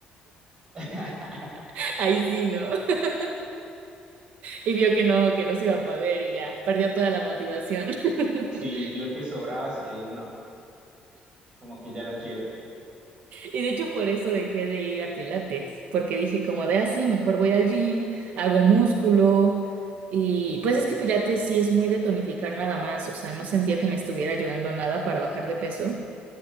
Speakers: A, on the right; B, on the right.
A: <laughs>
B: <laughs> Ahí sí, ¿no? <laughs> Y vio que no, que no se iba a poder y ya, perdió toda la motivación. <laughs>
A: Sí, vio que sobrabas y ya dijo, no, como que ya no quiero.
B: Y de hecho por eso dejé de ir a Pilates, porque dije como de así, mejor voy al gym, hago músculo. Y pues es que Pilates sí es muy de tonificar nada más, o sea, no sentía que me estuviera ayudando nada para bajar de peso.